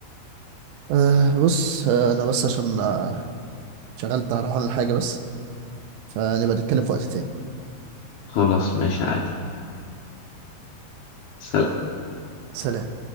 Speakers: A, on the right; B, on the left.
A: آه بص آه انا بس عشان آه شغلت هروح اعمل حاجة بس فنبقى نتكلم في وقت تاني
B: خلاص ماشي عادي سلام
A: سلام